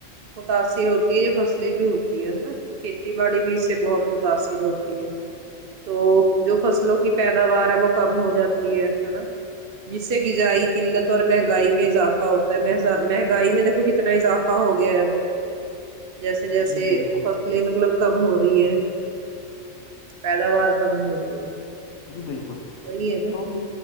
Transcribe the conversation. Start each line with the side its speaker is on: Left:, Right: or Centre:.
Right: متاثر ہوتی ہے یہ فصلیں بھی ہوتی ہے ہے نا کھیتی باڑی بھی اس سے بہت متاثر ہوتی ہے تو جو فصلوں کی پیداوار ہے وہ کم ہو جاتی ہے ہے نا جس سے غذائی قلت اور مہنگائی میں اضافہ ہوتا ہے مہنگائی میں دیکھو کتنا اضافہ ہو گیا ہے اب جیسے جیسے
Left: جی بالکل
Right: فصلیں مطلب کم ہو رہی ہے پیداوار کم ہو رہی ہے
Left: جی بالکل
Right: وہی ہے نا
Left: تم